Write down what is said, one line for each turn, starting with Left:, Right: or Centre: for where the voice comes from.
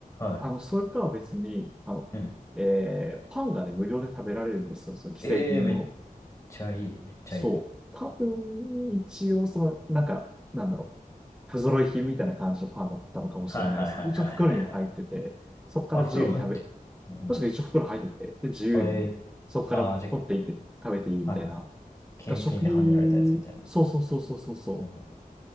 Left: はい。
Centre: あの、それとは別に、あの、
Left: うん。
Centre: えーパンがね、無料で食べられるんですよ。その既製品の。
Left: ええめっちゃいい、めっちゃいい。
Centre: そう。多分、一応、その、なんか、なんだろう。不揃い品みたいな感じのパンだったのかもしれないです。
Left: はいはいはいはいはいはい。
Centre: 一応袋にも入ってて、そこから自由に食べ、
Left: あ、袋入ってる。うん
Centre: 確か一応袋入ってて、で、自由に、
Left: あえー
Centre: そこから取っていって食べていいみたいな。
Left: あーじゃあ、はいはいはい。検品で跳ねられたやつみたいな。
Centre: だ食費、そうそうそうそうそうそ
Left: うん